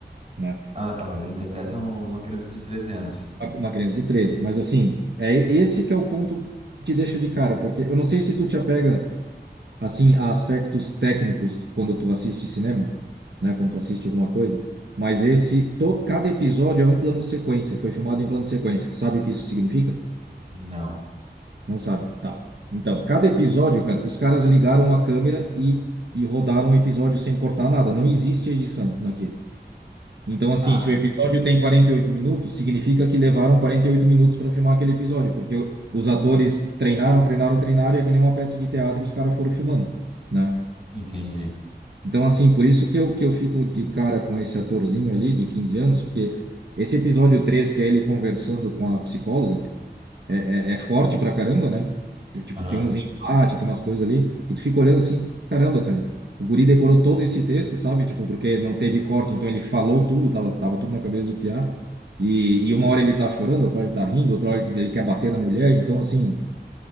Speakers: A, on the right; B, on the right.
A: né?
B: Ah, tá, mas ele interpreta um- uma criança de treze anos.
A: Uma uma criança de 13. Mas, assim, é esse que é o ponto que deixa de cara, porque eu não sei se tu te apega, assim, a aspectos técnicos quando tu assiste cinema, né? Quando tu assiste alguma coisa. Mas esse, todo, cada episódio é um plano sequência, foi filmado em plano sequência. Tu sabe o que isso significa?
B: Não.
A: Não sabe. Tá. Então, cada episódio, cara, os caras ligaram a câmera e, e rodaram o episódio sem cortar nada. Não existe edição naquilo. Então, assim,
B: Ah,
A: se o episódio tem 48 minutos, significa que levaram 48 minutos para filmar aquele episódio, porque o- os atores treinaram, treinaram, treinaram, e é que nem uma peça de teatro, e os caras foram filmando, né?
B: entendi.
A: Então, assim, por isso que eu, que eu fico de cara com esse atorzinho ali de 15 anos, porque esse episódio 3 que é ele conversando com a psicóloga, é, é é forte pra caramba, né? Tipo,
B: Aham,
A: tem uns embates, tem umas coisas ali, e tu fica olhando assim, caramba, cara, o guri decorou todo esse texto, sabe? Tipo, porque não teve corte, então ele falou tudo, tava, tava tudo na cabeça do piá, e, e uma hora ele tá chorando, outra hora ele tá rindo, outra hora ele quer bater na mulher, então assim,